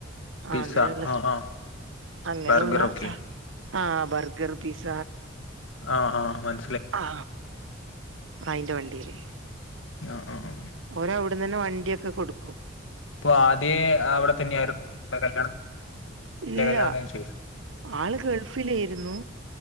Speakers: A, on the left; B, on the right.
A: പിസ്സ
B: അങ്ങനെയുള്ള
A: ആ
B: സ
A: ആ
B: അങ്ങനെയുള്ള
A: ബർഗർ ഒക്കെ
B: സ ആ ബർഗർ പിസ
A: ആ ആ മന
B: ആ അയിന്റെ വണ്ടിയില്
A: ആ ആ ആ
B: ഓർ അവിടന്ന് തന്നെ വണ്ടിയൊക്കെ കൊടുക്കും
A: ഇപ്പൊ ആദ്യ അവിടെ തന്നെയ ആയിരുന്നു നിങ്ങളടെ കല്യാണത്തിന് മുന്നേ അല്ലെ
B: ഇല്ല
A: കല്യാണം കഴിഞ്ഞ ശേഷം
B: ആള് ഗൾഫിലായിരുന്നു